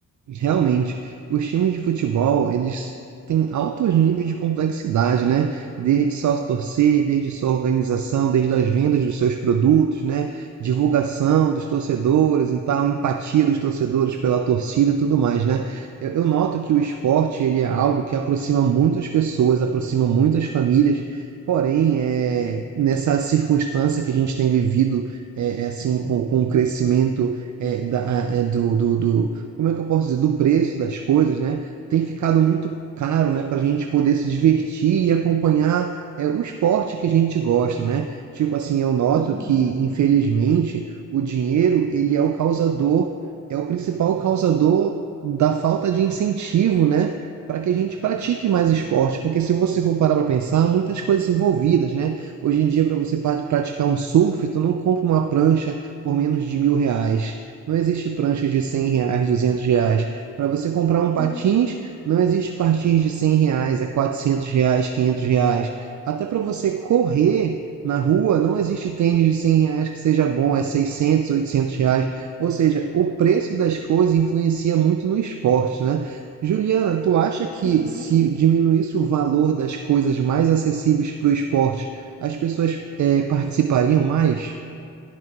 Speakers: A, on the right (about 60°); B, on the right (about 30°).
A: Realmente, os times de futebol, eles têm altos níveis de complexidade, né? Desde sócio torcer, desde sua organização, desde as vendas dos seus produtos, né? Divulgação dos torcedores e tal, empatia dos torcedores pela torcida e tudo mais, né? Eu, eu noto que o esporte, ele é algo que aproxima muitas pessoas, aproxima muitas famílias. Porém, é, nessa circunstância que a gente tem vivido, é, é assim, com, com o crescimento é, da, é, do, do, do- como é que eu posso dizer, do preço das coisas, né? Tem ficado muito caro, né, para a gente poder se divertir e acompanhar é, o esporte que a gente gosta, né? Tipo assim, eu noto
B: Uhum,
A: que, infelizmente, o dinheiro, ele é o causador, é o principal causador da falta de incentivo, né? Para que a gente pratique mais esporte, porque se você for parar para pensar, muitas coisas envolvidas, né? Hoje em dia, para você pra- praticar um surf, tu não compra uma prancha por menos de mil reais. Não existe prancha de 100 reais, 200 reais. Para você comprar um patins,
B: uhum,
A: não existe patins de 100 reais, é 400 reais, 500 reais. Até para você correr na rua, não existe tênis de 100 reais que seja bom, é 600, 800 reais. Ou seja, o preço das coisas influencia muito no esporte, né? Juliana, tu acha que
B: uhum.
A: se diminuísse o valor das coisas mais acessíveis para o esporte, as pessoas eh, participariam mais?